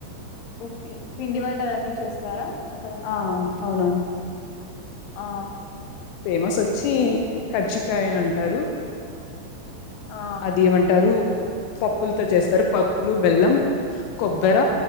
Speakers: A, on the left (about 70°); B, on the left (about 85°).
A: ఓకే పిండి వంటలన్నీ చేస్తారా అక్కడ
B: ఆ అవునవును
A: ఆ
B: ఫేమస్ వచ్చి కచ్చికాయ అని అంటారు
A: ఆ
B: అది ఏమంటారు పప్పులతో చేస్తారు పప్పులు బెల్లం కొబ్బర